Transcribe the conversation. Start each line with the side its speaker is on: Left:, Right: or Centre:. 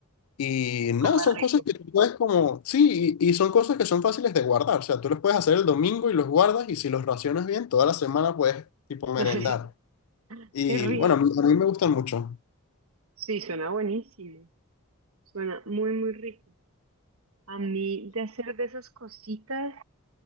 Left: Y
Right: Y
Left: nada,
Right: comer
Left: son
Right: rico.
Left: cosas que tú puedes como, sí, y, y son cosas que son fáciles de guardar. O sea, tú los puedes hacer el domingo y los guardas y si los racionas bien, toda la semana puedes tipo merendar.
Right: <laughs>
Left: Y
Right: Qué rico.
Left: bueno, a mí, a mí me gustan mucho.
Right: Sí, suena buenísimo. Suena muy, muy rico. A mí de hacer de esas cositas.